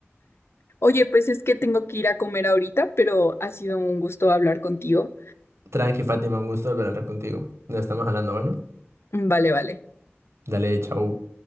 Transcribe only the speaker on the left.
Oye, pues es que tengo que ir a comer ahorita, pero ha sido un gusto hablar contigo.
Mm, Vale, vale.